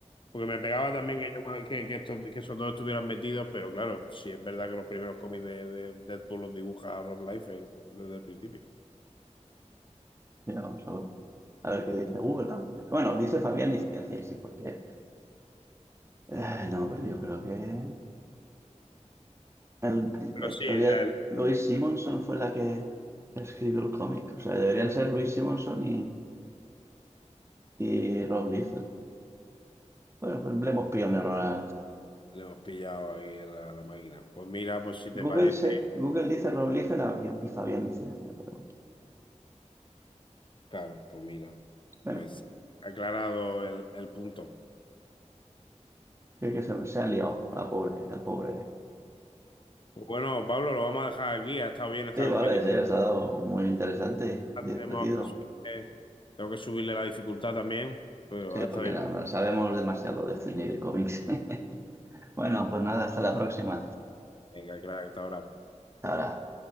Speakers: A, on the left; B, on the right.
A: Porque me pegaba también que, yo- que, que estos, que esos dos estuvieran metidos, pero claro, sí es verdad que los primeros cómics de, de Deadpool los dibuja Rob Liefeld desde el principio.
B: Mira, vamos a ver. A ver qué dice Google. ah, pues. Bueno, dice Fabián Nicieza, sí, porque... eh, no, pero yo creo que el-
A: Pero
B: la historia...
A: sí, ya el-
B: Louise Simonson fue la que escribió el cómic. O sea, deberían ser Louise Simonson y, y Rob Liefeld. Bueno, pues le hemos pillado un error al...
A: le hemos pillado ahí a la, la máquina. Pues mira, pues si
B: Google,
A: te parece,
B: se, Google dice Rob Liefeld a- y Fabián Nicieza, pero...
A: Claro, pues mira,
B: Bueno,
A: pues aclarado el, el punto.
B: que, que se, se ha liado la pobre, el pobre.
A: Pues Bueno, Pablo, lo vamos a dejar aquí. Ha estado bien esta
B: Sí,
A: competición.
B: vale, sí, ha estado muy interesante y divertido.
A: Tenemos que subirle- tengo que subirle la dificultad también, pero
B: Sí,
A: ha estado
B: porque
A: bien.
B: no, no sabemos demasiado de cine y de cómics. <laughs> Bueno, pues nada, hasta la próxima.
A: Venga, claro, hasta ahora.
B: Hasta Ahora.